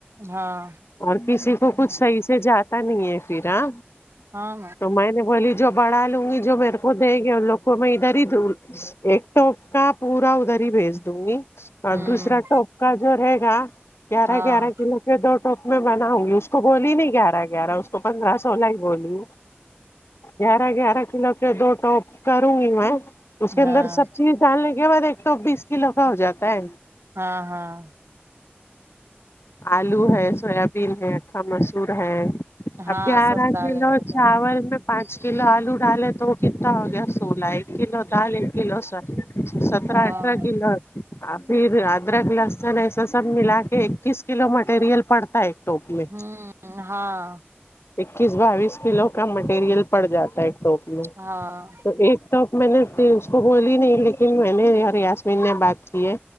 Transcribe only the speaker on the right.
ہاں
ہاں
ن
ہوں
ہاں
ہاں
ہاں ہاں
ہاں
سب ڈالیں
گے تو
ہاں
ہوں ہاں
ہاں